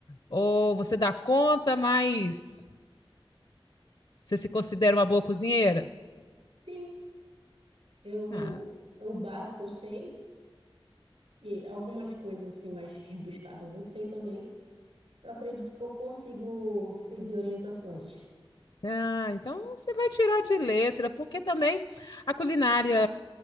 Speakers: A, on the left; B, on the right.
A: ou você dá conta, mas você se considera uma boa cozinheira?
B: Sim, eu,
A: Ah,
B: é o básico, eu sei. E algumas coisas assim mais rebuscadas eu sei também. Eu acredito que eu consigo seguir orientações. <laughs>
A: Ah, então você vai tirar de letra, porque também a culinária